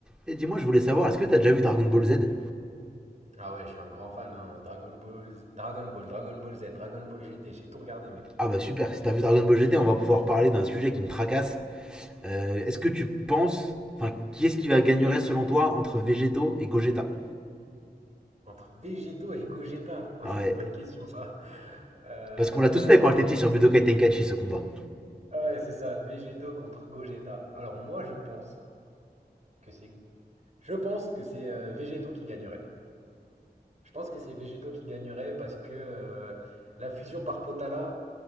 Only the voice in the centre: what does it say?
Et dis-moi, je voulais savoir, est-ce que t'as déjà vu Dragon Ball Z
Ah bah super, si t'as vu Dragon Ball GT, on va pouvoir parler d'un sujet qui me tracasse. Euh, est-ce que tu penses, enfin, qui est-ce qui va gagnerait selon toi entre Vegeto et Gogeta
Ah
Ouais,
parce qu'on l'a tous fait quand on était petit sur Budokai Tenkaichi ce combat.